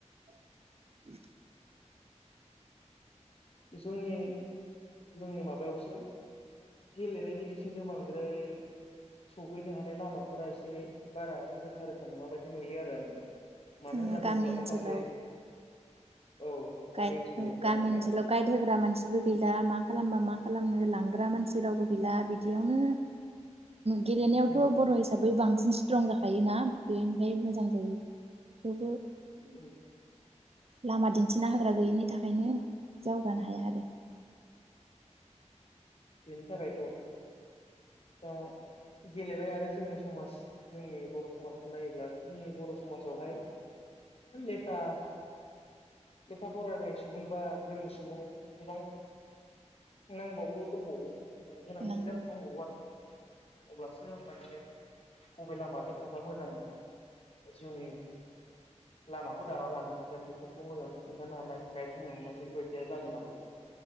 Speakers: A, on the right (about 55°); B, on the left (about 55°).
A: <inaudible>
B: जोंनि-जोंनि माबायावसो गेलेनायनि बिथिंजों बांद्राय सहैनो हानाय लामा फोरा एसे बारा रोखा-रोखा नङा बायदि नुयो आरो आङो। मानो
A: जोंना
B: होनना बुङोब्ला
A: गामि ओनसोलाव
B: माखासे औ
A: गाइ
B: गामि ओनसोलनि बादि जाबाय
A: गामि
B: नालाय
A: ओनसोलाव गाइड होग्रा मानसिबो गैला मा खालामबा मा मा खालामनो लांग्रा मानसि रावबो गैला बिदियावनो गेलेनायावथ'
B: उम
A: बर' हिसाबै बांसिन स्ट्रं जाखायोना बेनिफ्राय मोजां जायो थेवबो
B: उम
A: लामा दिन दिनथिना होग्रा गैयिनि थाखायनो जौगानो हाया आरो
B: बेनि थाखायथ' दा गेलेनाय आरो जोंनि समाज जोंनि बर' समाजखौ नायोब्ला जोंनि बर' सम समाजावहाय लेखा लेखा फरायनाय सुबुं बा गोरों सुबुं गोबां नांबावगौ दंबावो माने
A: होनांगौ
B: गोनांथि दंबावो आरोखि अब्लासो माने बबे लामाजों थांबा मोजां जिउनि लामाखौ दाना लानो हागोन बेफोरखौ मोजाङै खिन्थानो हानाय गाइड होनो हानाय बेफोरबायदिया जागोन आरो